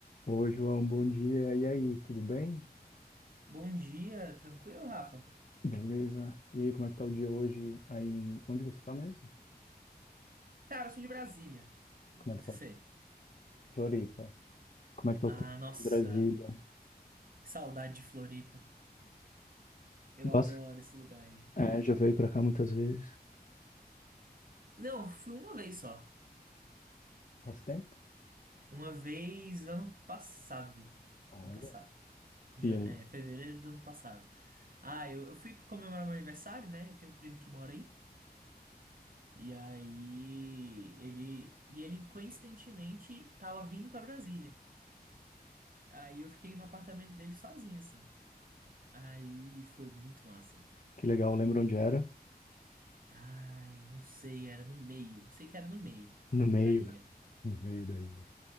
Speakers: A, on the left; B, on the right.
A: Oi, João, bom dia. E aí, tudo bem?
B: Bom dia, tranquilo, Rafa?
A: Beleza? E aí, como é que tá o dia hoje aí em... Onde você tá mesmo?
B: Cara, eu sou de Brasília.
A: Como
B: Isso
A: é que tá
B: sei.
A: Floripa? Como é que tá
B: Ah,
A: o tempo
B: nossa,
A: aí em Brasília?
B: que saudade de Floripa. Eu
A: Gosta?
B: adoro esse lugar aí.
A: É, já veio pra cá muitas vezes.
B: Não, fui uma vez só.
A: Faz tempo?
B: Uma vez ano passado.
A: Olha.
B: Ano passado. Jan-
A: E aí?
B: É, fevereiro do ano passado. Ah, eu, eu fui comemorar meu aniversário, né? Eu tenho um primo que mora aí. E aí ele. E ele, coincidentemente, tava vindo pra Brasília. Aí eu fiquei no apartamento dele sozinho, assim. Aí foi muito massa.
A: Que legal, lembra onde era?
B: Ai, não sei, era no meio. Sei que era no meio
A: No meio.
B: da ilha.
A: No meio da ilha.